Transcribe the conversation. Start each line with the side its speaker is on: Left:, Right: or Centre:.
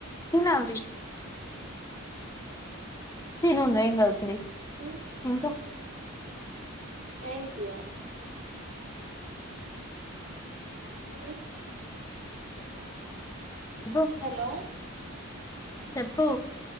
Left: తినావి <unintelligible> తినుండ్రి ఏం గాదు తిను
Right: ఉమ్
Left: ఇంకా
Right: ఏంటియో ఉ
Left: చెప్పు
Right: హలో
Left: చెప్పు